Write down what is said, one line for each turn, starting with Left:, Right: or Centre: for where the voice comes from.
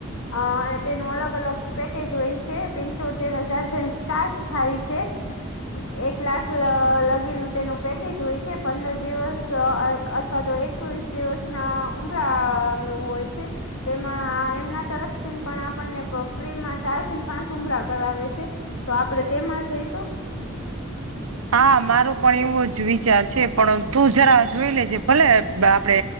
Left: અ તેનું અલગ અલગ પેકેજ હોય છે પંચોતેર હજાર જે સ્ટાર્ટ થાય છે એક લાખ લગી તેનું પેકેજ હોય છે પંદર દિવસ અથવા તો એકવીસ દિવસ ના ઉમળ નું હોય છે તેમાં એમના તરફથી પણ આપણને ફ્રીમાં ચાર થી પાંચ ઉમરા કરાવે છે તો આપડે તેમાં છે તો
Right: હા મારો પણ એવો જ વિચાર છે પણ તું જરા જોઈ લેજે ભલે આપડે